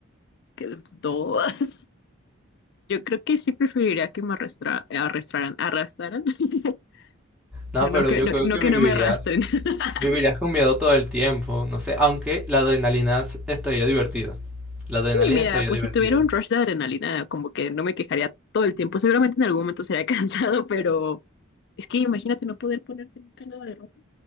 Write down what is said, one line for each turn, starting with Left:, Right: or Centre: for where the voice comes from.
Left: que no. <laughs> Yo creo que sí preferiría que me arrastra- arrastraran, arrastraran. <laughs>
Centre: No,
Left: No
Centre: pero
Left: que
Centre: yo
Left: no,
Centre: creo
Left: no
Centre: que
Left: que
Centre: vivirías,
Left: no me arrastren. <laughs>
Centre: vivirías con miedo todo el tiempo. No sé, aunque la adrenalina s- estaría divertida. La adrenalina
Left: Sí, mira,
Centre: estaría
Left: pues
Centre: divertida.
Left: si tuviera un rush de adrenalina, como que no me quejaría todo el tiempo. Seguramente en algún momento sería <laughs> cansado, pero es que imagínate no poder ponerte nunca nada de ropa.